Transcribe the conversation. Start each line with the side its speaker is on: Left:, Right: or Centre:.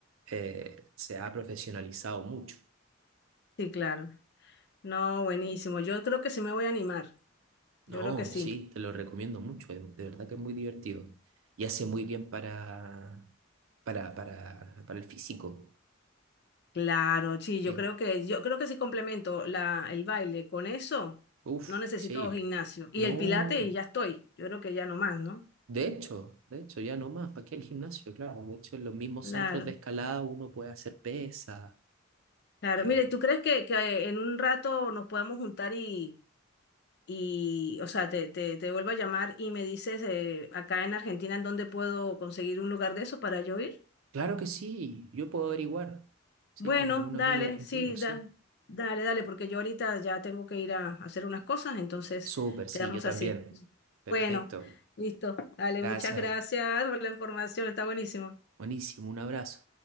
Right: eh, se ha profesionalizado mucho.
Left: Sí, claro. No, buenísimo. Yo creo que sí me voy a animar.
Right: No,
Left: Yo creo que sí.
Right: sí, te lo recomiendo mucho, es- de verdad que es muy divertido y hace muy bien para, para, para, para el físico.
Left: Claro, sí, yo
Right: eh.
Left: creo que, yo creo que si complemento la, el baile con eso,
Right: Uf,
Left: no necesito
Right: sí.
Left: gimnasio. Y
Right: No,
Left: el pilate y ya estoy. Yo creo que ya no más, ¿no?
Right: de hecho, de hecho, ya no más, ¿para qué el gimnasio? Claro, de hecho, en los mismos
Left: Claro,
Right: centros de escalada uno puede hacer pesa.
Left: claro.
Right: eh,
Left: Mire, ¿tú crees que, que en un rato nos podamos juntar y, y o sea, te, te, te vuelvo a llamar y me dices eh, acá en Argentina en dónde puedo conseguir un lugar de eso para yo ir?
Right: claro que sí, yo puedo averiguar, sí,
Left: Bueno,
Right: con algún
Left: dale,
Right: amigo argentino,
Left: sí,
Right: sí.
Left: da- dale, dale, porque yo ahorita ya tengo que ir a hacer unas cosas, entonces
Right: Súper, sí,
Left: quedamos
Right: yo también.
Left: así.
Right: Perfecto,
Left: Bueno, listo, dale,
Right: gracias,
Left: muchas gracias por la información, está buenísimo.
Right: buenísimo, un abrazo.